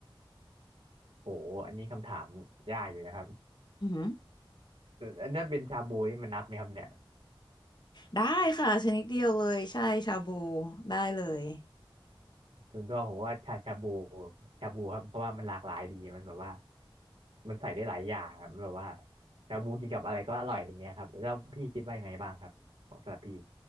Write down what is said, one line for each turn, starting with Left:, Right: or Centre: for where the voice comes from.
Right: โหอันนี้คำถามยากอยู่นะครับ
Left: อือหือ
Right: อันนี้เป็นชาบูนี่มันนับไหมครับเนี่ย
Left: ได้ค่ะชนิดเดียวเลยใช่ชาบูได้เลย
Right: ส่วนตัวผมว่าชาชาบูชาบูครับเพราะว่ามันหลากหลายดีมันแบบว่ามันใส่ได้หลายอย่างครับมันแบบว่าชาบูกินกับอะไรก็อร่อยอย่างเงี้ยครับแล้วพี่คิดว่ายังไงบ้างครับของสำหรับพี่